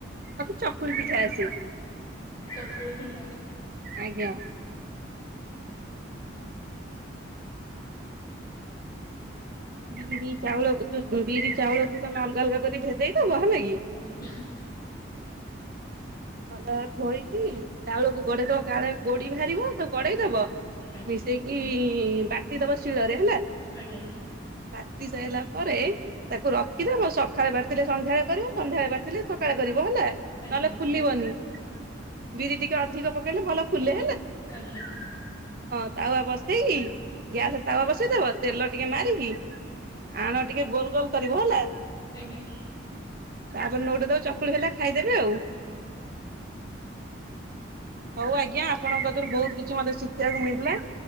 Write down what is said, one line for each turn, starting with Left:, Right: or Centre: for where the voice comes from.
Right: ମତେ ଚକୁଳି ପିଠା ଆସେ।
Left: ଚକୁଳି ପିଠା।
Right: ଆଜ୍ଞା। ବିରି ଚାଉଳ ବିରି ଚାଉଳକୁ ତମେ ଅଲଗା ଅଲଗା କରି ଭେଜେଇଦବ ହେଲ କି?
Left: ଆଜ୍ଞା।
Right: ତାକୁ ଭଲ ଧୋଇକି ଚାଉଳକୁ ଗଡେଇ ଦବ କାଳେ ଗୋଡି ବାହାରିବ ତ ଗଡେଇ ଦବ
Left: ଆଜ୍ଞା
Right: ମିଶେଇକି ବାଟି ଦବ ଶିଳରେ
Left: ଆଜ୍ଞା
Right: ବାଟି ସାରିଲା ପରେ ତାକୁ ରଖିଦବ ସ ସକାଳେ ବାଟଥିଲେ ସନ୍ଧ୍ୟାଳେ କରିବ ସନ୍ଧ୍ୟାବେଳେ, ବାଟଥିଲେ ସକାଳେ କରିବ ହେଲା।
Left: ଆଜ୍ଞା।
Right: ନହେଲେ ବିରି ଟେ ଅଧିକ ପକେଇଲେ ଭଲ ଫୁଲେ
Left: ଆଜ୍ଞା।
Right: ଟାୱା ବସେଇକି ଗ୍ୟାସରେ ତାୱା ବସେଇଦବ ତେଲ ଟିକେ ମାରିକି ଆଣ ଟିକେ ଗୋଲ ଗୋଲ କରିବ ହେଲା
Left: ଆଜ୍ଞା
Right: ତାପରେ ନଉଟା ଦଉ ଚକୁଳି ହେଲା ଖାଇଦେବେ ଆଉ। ହଉ ଆଜ୍ଞା ଆପଣଙ୍କ ରୁ ବହୁତ କିଛି ମତେ ଶିଖିବାକୁ ମିଳିଲା